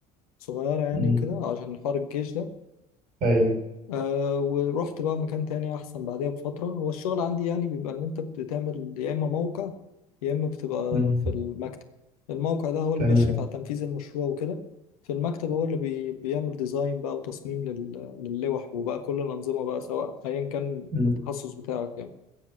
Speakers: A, on the left; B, on the right.
A: صغيره يعني
B: امم
A: وكده عشان حوار الجيش ده
B: أيوه
A: أه ورحت بقى مكان تاني أحسن بعديها بفترة هو الشغل عندي يعني بيبقى إن أنت بتعمل يا إما موقع يا إما بتبقى
B: امم
A: في المكتب الموقع ده هو اللي
B: تمام
A: بيشرف على تنفيذ المشروع وكده في المكتب هو اللي بي بيعمل ديزاين بقى وتصميم لل... للوح وبقى كل الأنظمة بقى سواء أيا كان
B: امم
A: التخصص بتاعك يعني